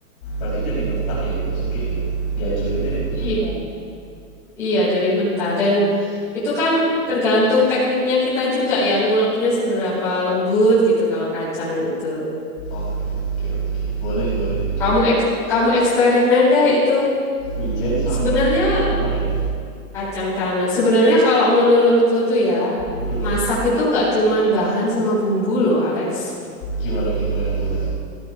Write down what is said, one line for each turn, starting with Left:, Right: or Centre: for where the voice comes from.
Left: berarti dari mentah ya dimasukin ya? Dihancurin dari mentah.
Centre: Iya. Iya, dari mentah. Dan itu kan tergantung tekniknya kita juga ya, nguleknya seberapa lembut gitu kalau kacang itu.
Left: Oke, oke, oke. Boleh, boleh dicoba.
Centre: Kamu ek- kamu eksperimen deh itu.
Left: Wijen sama
Centre: Sebenarnya
Left: kacang tanah ya.
Centre: kacang tanah. Sebenarnya kalau menurutku tuh ya,
Left: Mm-mm.
Centre: masak itu nggak cuman bahan sama bumbu loh, Alex.
Left: Gimana gimana Muna?